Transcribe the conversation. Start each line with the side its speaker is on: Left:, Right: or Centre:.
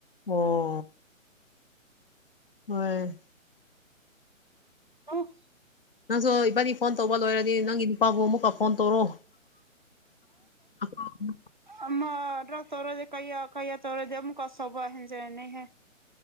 Left: ꯑꯣ ꯍꯣꯏ
Right: ꯑꯝ
Left: ꯅꯪꯁꯨ ꯏꯕꯥꯅꯤ ꯐꯣꯟ ꯇꯧꯕ ꯂꯣꯏꯔꯗꯤ ꯅꯪꯒꯤ ꯅꯨꯄꯥꯒ ꯑꯃꯨꯛ ꯐꯣꯟ ꯇꯧꯔꯣ <unintelligible>
Right: ꯑꯃꯔꯛ ꯇꯧꯔꯗꯤ ꯀꯌ ꯀꯩꯌꯥ ꯇꯧꯔꯣꯗꯤ ꯑꯃ ꯀꯁꯕꯨ ꯍꯦꯟꯖꯅꯤꯍꯦ